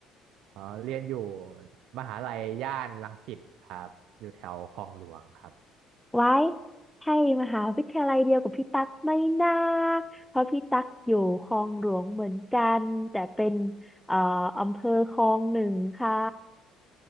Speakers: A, on the right (about 65°); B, in the centre.
A: อ๋อเรียนอยู่มหาลัยย่านรังสิตครับอยู่แถวคลองหลวงครับ
B: ไว้ใช่มหาวิทยาลัยเดียวกับพี่ตั๊กไม่น่าเพราะพี่ตั๊กอยู่คลองหลวงเหมือนกันแต่เป็นเอ่ออำเภอคลองหนึ่งค่ะ